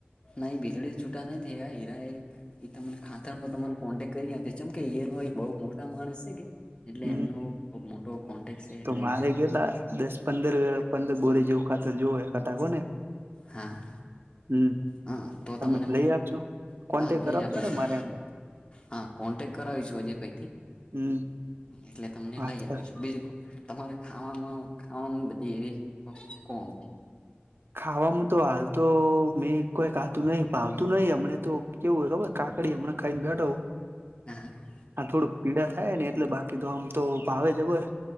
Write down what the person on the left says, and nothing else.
નઈ ભીલડી છૂટા નહી થ હીરા એ તમને ખાતામાં તમા કોન્ટેક્ટ કરી આપે જેમ કે એનો બહુ મોટા માણસ છે કે એટલે
એમનો ખુબ મોટો કોન્ટેક છે
એટલે
હીરાએ.
હા
હા તો
તમને હું
હા લઈ
આપીશું
હા કોન્ટેક્ટ કરાવીશું આજે પઈથી
એટલે તમને
લઈ આપી
છે બિલકુલ તમારે ખાવામાં ખાવામાં બધી એવીહી
હા હા <unintelligible>